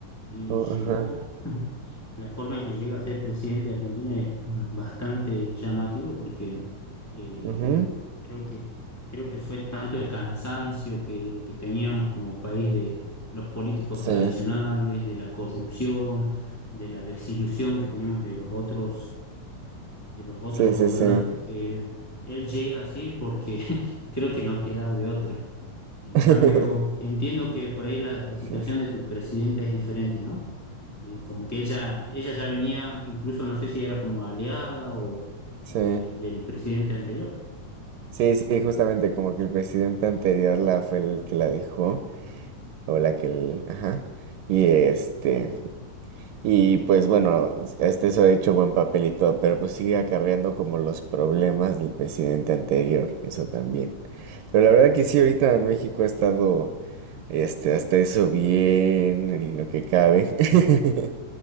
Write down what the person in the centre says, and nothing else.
y
llegó,
la forma en que llega a ser presidente de Argentina es mm, bastante llamativo porque eh,
creo que, creo que fue tanto el cansancio que, que teníamos como país de los políticos
tradicionales, de la corrupción, de la desilusión que teníamos de los otros de los otros
gobernantes
que él llega así porque <laughs> creo que no quedaba de otra. En
cambio, entiendo que por ahí la, la
situación
de tu presidenta es diferente, ¿no? Eh, como que ella, ella ya venía, incluso no sé si era como aliada o,
o de- del presidente anterior.